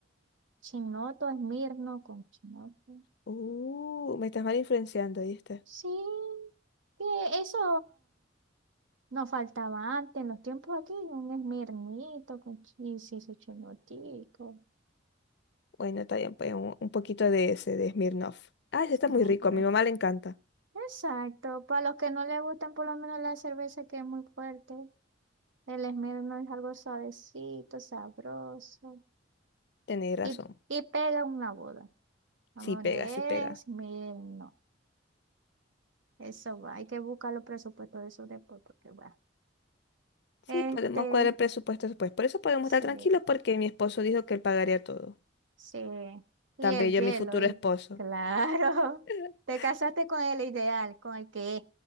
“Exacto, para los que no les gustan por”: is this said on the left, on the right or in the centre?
Right